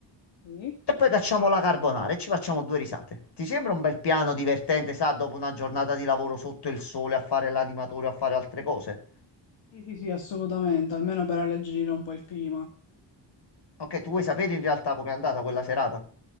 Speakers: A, on the left; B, on the left.
A: sì,
B: E poi cacciamo la carbonara e ci facciamo due risate. Ti sembra un bel piano divertente, sa, dopo una giornata di lavoro sotto il sole a fare l'animatore, a fare altre cose?
A: Sì, sì, sì, assolutamente, almeno per alleggerire un po' il clima.
B: Ok, tu vuoi sapere in realtà com'è andata quella serata?